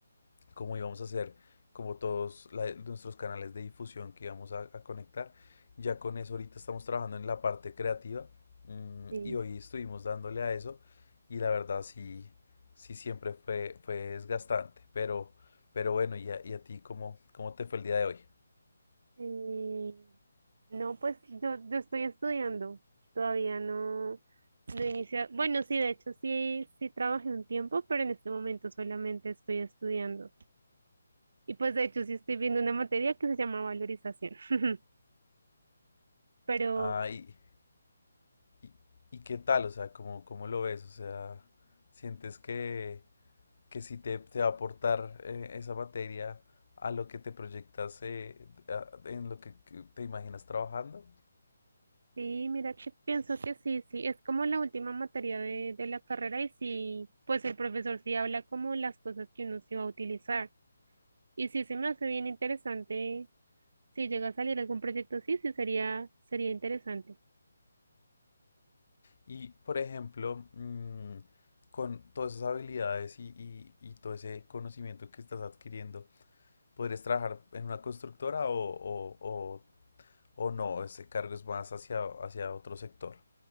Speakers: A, on the left; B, on the right.
A: como íbamos a hacer, como todos la- nuestros canales de difusión que íbamos a, a conectar. Ya con eso ahorita estamos trabajando en la parte creativa mm,
B: Sí.
A: y hoy estuvimos dándole a eso y la verdad sí, sí siempre fue, fue desgastante, pero, pero bueno, y a, y a ti cómo, cómo te fue el día de hoy?
B: Eh, No, pues yo, yo estoy estudiando, todavía no, no he iniciado. Bueno, sí, de hecho sí, sí trabajé un tiempo, pero en este momento solamente estoy estudiando. Y pues de hecho sí estoy viendo una materia que se llama valorización. <laughs> Pero
A: Ah, y, y- y qué tal, o sea, ¿cómo, cómo lo ves? O sea, ¿sientes que, que sí te, te va a aportar eh, esa materia a lo que te proyectas, eh, a- en lo que que te imaginas trabajando.
B: sí, mira que pienso que sí, sí, es como la última materia de, de la carrera y sí, pues el profesor sí habla como las cosas que uno se va a utilizar. Y sí se me hace bien interesante, si llega a salir algún proyecto, sí, sí sería, sería interesante.
A: Y, por ejemplo, mm, con todas esas habilidades y, y- y todo ese conocimiento que estás adquiriendo, ¿podrías trabajar en una constructora o, o- o- o no? Ese cargo es más hacia, hacia otro sector.